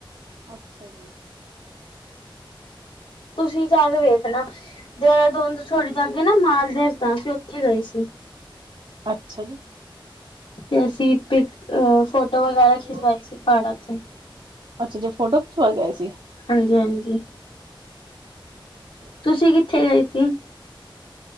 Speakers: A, on the right; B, on the left.
A: ਅੱਛਾ ਜੀ।
B: ਤੁਸੀ ਜਾ ਕੇ ਵੇਖਨਾ। ਦੇਰਾਦੂਨ ਤੋ ਥੋੜੀ ਜਾ ਅਗੇ ਨਾ ਮਾਲ ਰਸਤਾ ਸੀ। ਅਸੀ ਓਥੇ ਗਏ ਸੀ।
A: ਅੱਛਾ ਜੀ।
B: ਤੇ ਅਸੀ ਪਿਕ, ਫੋਟੋ ਵਗੈਰਾ ਖਿਚਵਾਈ
A: ਹੋਰ
B: ਸੀ ਪਾੜਾਂ ਤੇ।
A: ਅੱਛਾ, ਜੋ ਫੋਟੋ ਖਿਚਵਾ ਕੇ ਆਏ ਸੀ।
B: ਹਾਂਜੀ ਹਾਂਜੀ।
A: ਅੱਛਾ।
B: ਤੁਸੀਂ ਕਿੱਥੇ ਗਏ ਸੀ?